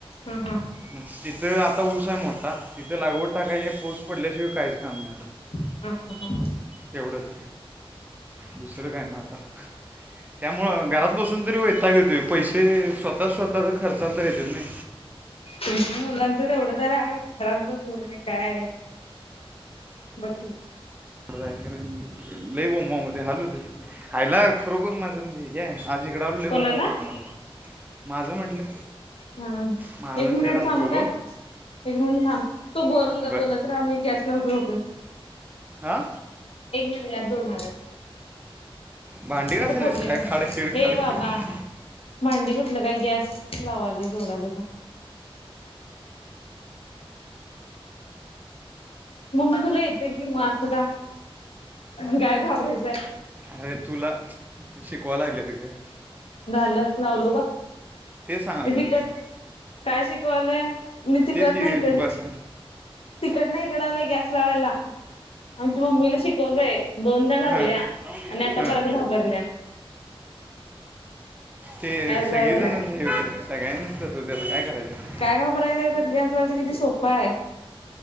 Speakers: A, on the left; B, on the right.
A: हम हम्म
B: मग तिथं आता ऊस आहे मोठा तिथं लागवड टाकायच पाऊस पडल्याशिवाय काहीच काम नाही आता.
A: हम् हम् हम
B: तेवढंच. दुसरं काय म आता, त्यामुळं घरात बसून तरी वैताग येतोय. पैसे स्वतः स्वतःच खर्चाला तर येत्यात नाय.
A: तुमच मुलांचं तेवढं तर आम्ही घरात बसून तरी काय. बघ की.
B: लय बोबबोब होतय हाल होतय
A: एकच मिनिट हा.
B: खायला. खरोखर माझं लय हे हाय म्हणजे इकडें आलो लय
A: कोणाला
B: भारी वाटलं
A: हा
B: मला. माझं म्हटलं
A: हा हा
B: महाराजांच्याकडे
A: एक मिनिट
B: आलतो
A: थांब काय. एक मिनिट तू बोल
B: बर
A: बोलत राहा गॅस लावून येतो.
B: आ.
A: एक मिनटत गॅस जोडणार आहे.
B: भांडी
A: कुठे
B: घासालेस
A: फोडले
B: काय खाडखेड
A: हे
B: खाडखेड
A: बाबा. भांडी कुठलं काय गॅस जोडालय. मम्मी तुला येते की मग असं का काय घाबरायचंय.
B: अरे तुला शिकवा लागलल्यात गं.
A: झालं लावलो बघ.
B: तेच सांगाले
A: मी तिकडन
B: की
A: काय शिकवालोय मी तिकड
B: तेच की
A: न इकड.
B: बस
A: तिकड न इकडं आलोय गॅस लावायला आमच्या मम्मीला शिकवतोय. दोनदा लावल्या
B: हां
A: आणि आता
B: हां
A: परत घाबरल्या.
B: ते
A: गॅस लावायला
B: सगळी जण म सगळ्यांच तसच होतय आता काय करायचं.
A: काय घाबरायचंय त्यात गॅस लावायचं किती सोप आहे.